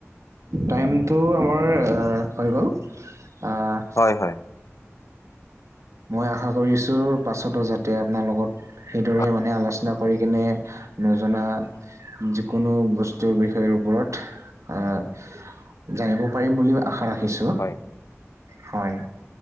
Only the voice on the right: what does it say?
টাইম টো আমাৰ আহ হৈ গ'ল, আহ।
মই আশা কৰিছো পাছতো যাতে আপোনাৰ লগত, সেইদৰে
মানে আলোচনা কৰি কিনে, নজনা যিকোনো বস্তুৰ বিষয়ৰ ওপৰত আহ। জানিব পাৰিম বুলি আশা ৰাখিছো,
হয়।